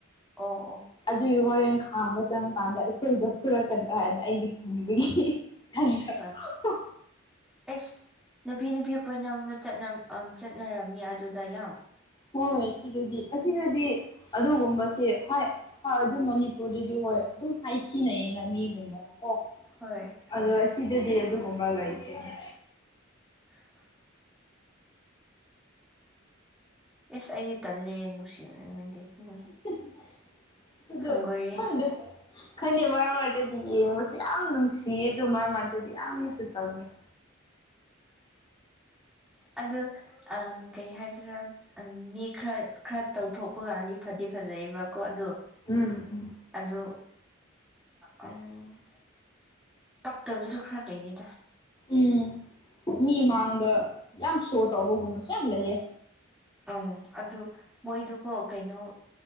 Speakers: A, in the centre; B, on the left.
A: ꯑꯣ ꯑꯣ
B: ꯑꯗꯨꯗ ꯍꯣꯔꯦꯟ ꯈꯥꯝꯕ ꯆꯪꯉ ꯀꯥꯟꯗ ꯑꯩꯈꯣꯏꯗ ꯁꯨꯔꯛꯀꯗ꯭ꯔꯥ ꯍꯥꯏꯅ ꯑꯩꯁꯨ ꯀꯤꯕꯒꯤ ꯆꯪꯗꯕ
A: ꯍꯣꯏ ꯑꯩꯁ ꯅꯨꯄꯤ ꯅꯨꯄꯤ ꯀꯣꯏꯅ ꯆꯠꯅꯔꯝꯅꯤ ꯑꯗꯨꯗ ꯌꯥꯝ
B: ꯍꯣꯏ ꯁꯤꯗꯗꯤ ꯑꯁꯤꯅꯗꯤ ꯑꯗꯨꯒꯨꯝꯕꯁꯦ ꯑꯗꯨ ꯃꯅꯤꯄꯨꯔꯗꯗꯤ ꯍꯣꯏ ꯑꯗꯨꯝ ꯍꯥꯏꯊꯤꯅꯩꯌꯦꯅ ꯃꯤꯒꯨꯝꯕꯅ ꯑꯣ
A: ꯍꯣꯏ ꯍꯣꯏ
B: ꯑꯗꯣ ꯑꯁꯤꯗꯗꯤ ꯑꯗꯨꯒꯨꯝꯕ ꯂꯩꯇꯦꯅꯦ
A: <unintelligible> ꯏꯁ ꯑꯩꯗꯤ ꯇꯜꯂꯦ ꯅꯨꯡꯁꯤꯅꯤꯡꯗꯦ ꯃꯣꯏ
B: <unintelligible> ꯑꯗꯨ
A: ꯍꯪꯒꯣꯏꯌꯦ
B: ꯑꯗꯨ ꯍꯗꯦ ꯈꯪꯅꯩ ꯃꯔꯛ ꯃꯔꯛꯇꯗꯤ ꯌꯦꯡꯕꯁꯨ ꯌꯥꯝ ꯅꯨꯡꯁꯤꯌꯦ ꯑꯗꯨ ꯃꯔꯛ ꯃꯔꯛꯇꯗꯤ ꯌꯥꯝꯅꯁꯨ ꯀꯜꯂꯤ <unintelligible>
A: ꯑ ꯀꯩ ꯍꯥꯏꯁꯤꯔꯥ ꯃꯤ ꯈꯔ ꯈꯔ ꯇꯧꯊꯣꯛꯄ ꯀꯥꯟꯗꯤ ꯐꯗꯤ ꯐꯖꯩꯕꯀꯣ ꯑꯗꯣ
B: ꯎꯝ ꯎꯝ
A: ꯑꯗꯨ ꯎꯝ ꯄꯛꯇꯕꯁꯨ ꯈꯔ ꯂꯩꯅꯤꯗ
B: ꯎꯝ ꯃꯤ ꯃꯥꯡꯗ ꯌꯥꯝ ꯁꯣ ꯇꯧꯕꯒꯨꯝꯕꯁꯨ ꯌꯥꯝ ꯂꯩꯌꯦ
A: ꯎꯝ ꯑꯗꯨ ꯃꯣꯏꯗꯨꯕꯨꯣ ꯀꯩꯅꯣꯝ